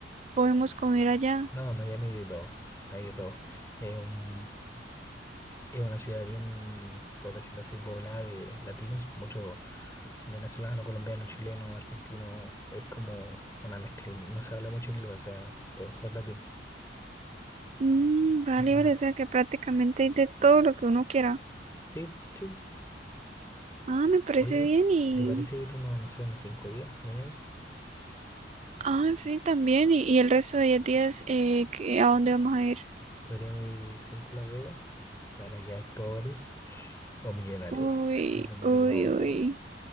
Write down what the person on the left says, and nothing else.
No, Miami de todo, hay de todo. Es un, es una ciudad bien, por decirlo así, poblada de latinos, mucho Venezolano, colombiano, chileno, argentino, es como una mezcla. y No se habla mucho inglés, o sea, todos son latinos.
Así que
nada.
Sí, sí.
Oye,
¿y te parece ir unos, no sé, unos cinco días a Miami?
Podríamos ir cinco a Las Vegas para quedar pobres <laughs> o millonarios,
dependiendo
de cómo apostemos.